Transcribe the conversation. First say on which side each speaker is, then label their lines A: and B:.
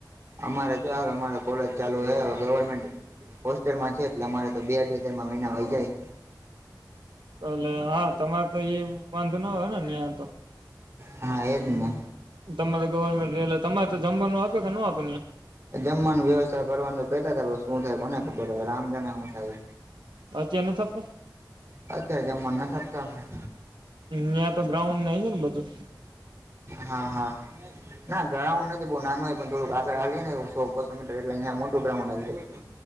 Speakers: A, on the right; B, on the right.
A: અમારે જો હાલ અમારે કોલેજ ચાલુ હવે ગવર્મેન્ટ હોસ્ટલમાં છે એટલે અમારે તો બે અઠી હજારમાં મહિના હોય જાય
B: એલે હા તમારે તો એ વાંધો ના હોય ને ્યા તો
A: હા એ જ ને
B: તમારે ગવર્મેન્ટ એલે તમારે તો જમવાનું આપે કે ન આપે
A: જમવાનું વ્યવસ્થા કરવાનું કેતા હતા શું થાય કોને ખબર હો રામ જાણે શું થાય
B: અચેન થપ
A: હજ મન ન થ આપતોમણા
B: ત્યાં તો ગ્રાઉન્ડ ન છે ને બધું
A: હા હા ના ગ્રાઉન્ડ નથી બઉુ નાનુંય પણ થોડું આગળ આવીએ ને સો બસો મીટર એટલે મોટું ગ્રાઉન્ડ આવીાય